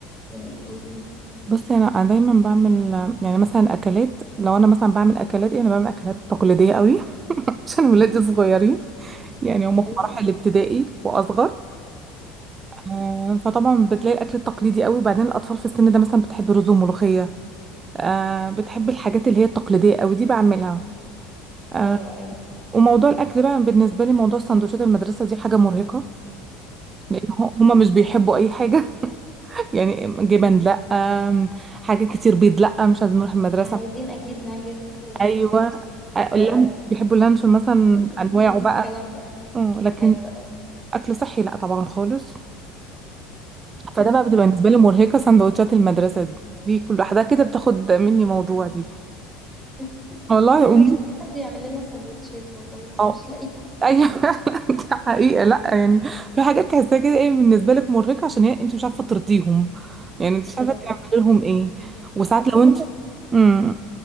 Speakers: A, in the centre; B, on the right.
A: يعني قوليلي
B: بصي انا أنا دايما بعمل يعني مثلا اكلات لو انا مثلا بعمل اكلات ايه انا بعمل اكلات تقليديه قوي <laughs> عشان ولادي صغيرين يعني هم
A: ايوه
B: في مراحل ابتدائي واصغر آه، فطبعا بتلاقي الاكل التقليدي قوي وبعدين الاطفال في السن ده مثلا بتحب رز وملوخيه آه، بتحب الحاجات اللي هي التقليديه قوي دي بعملها آه،
A: ايوه ايوه
B: وموضوع الاكل بقى بالنسبه لي موضوع سندوتشات المدرسه دي حاجه مرهقه لان هو- هما مش بيحبوا اي حاجه <laughs> يعني جبن لا آم، حاجه كتير بيض لا مش عايزين نروح المدرسه
A: عايزين اكيد ناجت وستريبس
B: ايوه آه،
A: آه،
B: اللان بيحبوا اللانشون مثلا
A: سوسيز
B: انواعه بقى
A: والكلام ده
B: أمم، لكن
A: ايوه ايوه
B: اكل صحي لا طبعا خالص فده بقى بتبقى بالنسبه لي مرهقه سندوتشات المدرسه دي دي كل واحده كده بتاخد مني موضوع دي
A: <laughs>
B: والله
A: انا نفسي
B: أم-
A: حد يعمل لنا سندوتشات والله بس
B: اه
A: مش لاقي
B: ايوه فعلا <laughs> ده حقيقة لا يعني في حاجات تحسها كده ايه بالنسبة لك مرهقة عشان هي انت مش عارفة ترضيهم يعني انت
A: بالظبط
B: مش عارفة تعملي لهم ايه وساعات
A: ربنا
B: لو انت
A: يعين
B: امم